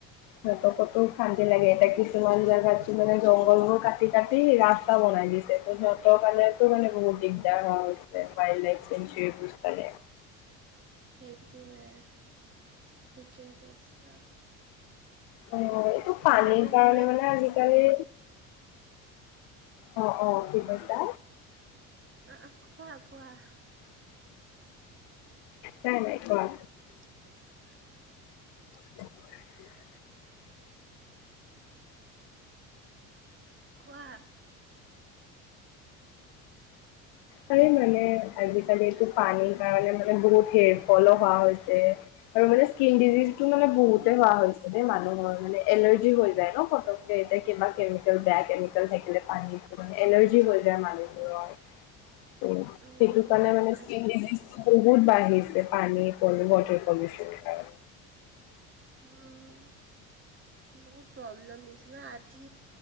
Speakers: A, on the left (about 60°); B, on the right (about 30°).
A: সিহঁতকটো শান্তি লাগে এতিয়া কিছুমান জাগত চোন মানে জংঘলবোৰ কাটি কাটি ৰাস্তা বনাই দিছে। টো সিহঁতৰ কাৰণটো মনে বহুত দিগদাৰ হোৱা হৈছে ৱাইল্ডলাইফ চেঞ্চুৰীবোৰ চালে।
B: সেইটোৱে, ঠিকে কৈছ
A: অ এইটো পানীৰ
B: মানুহবোৰে
A: কাৰণে মানে আজিকালি অ অ, কি কৈছা?
B: অ অ খোৱা, কোৱা?
A: নাই নাই, কোৱা?
B: <inaudible>
A: <inaudible>
B: খোৱা।
A: পাৰি মানে আজিকালি এইটো পানী কাৰনে মানে বহুত হেৰ ফল হোৱা হৈছে আৰু মানে স্কিন ডিজিজ টো মানে বহুতে হোৱা হৈছে। তাতে মানুহৰ মানে এলাৰ্জি হৈ যায় ন ফটককে এতে কিবা কেমিকেল বেয়া কেমিকেল থাকিলে পানী মানে এলাৰ্জি হৈ যায় মানুহবোৰৰ।
B: <inaudible>
A: উ,
B: উম
A: সেইটো
B: সেয়ে
A: কাৰণে মানে স্কিন
B: আজি
A: ডিজিজ বহুত বাঢ়িছে পানী পল ৱাটাৰ পলিউচন কাৰণে।
B: উম বহুত প্ৰব্লেম দিছো ন আজি